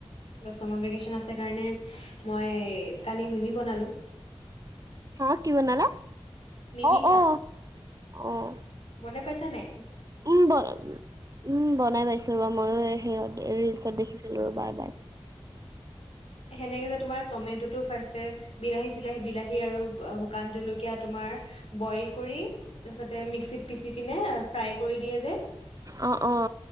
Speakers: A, on the left; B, on the right.
A: <unintelligible> চামাৰভেকেচন আছে কাৰণে মই কালি মিমি বনালোঁ।
B: হা কি বনালা?
A: মিমি
B: অ', অ'। অ'।
A: বনাই পাইছা নে?
B: উম ব, উম বনাই পাইছোঁ ৰ'বা ময়ো এই সিঁহত ৰিলচত দেখিছিলো ৰ'বা এবাৰ।
A: সেনেকে যে তোমাৰ টমেটটো ফাৰ্ষ্টে বিলাহী চিলাহী বিলাহী আৰু শুকান জলকীয়া তোমাৰ বইল কৰি তাৰপিছতে মিক্সিত পিচি পিনে ফ্ৰাই কৰি দিয়ে যে।
B: অ, অ,